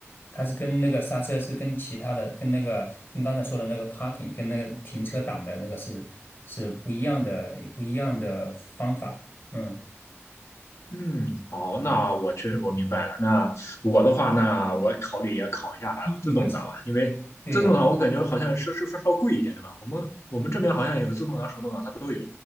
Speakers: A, on the left; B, on the left.
A: 它是跟那个刹车是跟其他的，跟那个跟刚才说的那个 parking 跟那个停车档的那个是是不一样的，不一样的方法。嗯，
B: 嗯，好，那我去，
A: 对，嗯，
B: 我明白了。那我的话，那我考虑也考一下自动挡吧，
A: 提醒过
B: 因为自动挡我感觉好像是是是稍贵一点，
A: 对
B: 对吧？我们我们这边好像有自动挡、手动挡，它都有。